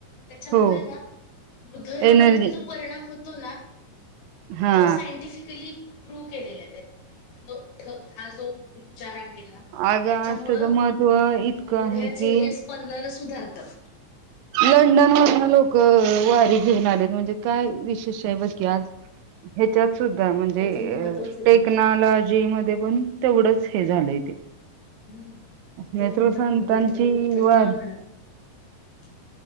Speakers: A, on the left (about 65°); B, on the right (about 85°).
A: त्याच्यामुळे
B: हो
A: ना हृदयावरती
B: एनर्जी
A: जो परिणाम होतो ना.
B: हा
A: तो सायंटिफिकली प्रूव्ह केलेला आहे त्यांनी ठक ठक हा जो. उच्चार आहे ना.
B: अगं
A: त्याच्यामुळं
B: आज त्याच महत्त्व इतकं
A: हृदयाचे
B: आहे की
A: हे स्पंदनं सुधारतात.
B: लंडन वरनं लोकं वारी घेऊन आलेत, म्हणजे काय विशेष आहे बग यात ह्याच्यात सुद्धा म्हणजे
A: ते त्याचं महत्त्वच आहे
B: टेक्नॉलॉजी
A: ते म्हण
B: मधे पण तेवढंच हे झालंय ते,
A: हूं.. म्हणजे
B: नेत्र
A: ते म्हणतात
B: संतांची
A: ना विठ्ठल-विठ्ठल
B: वार
A: का म्हणत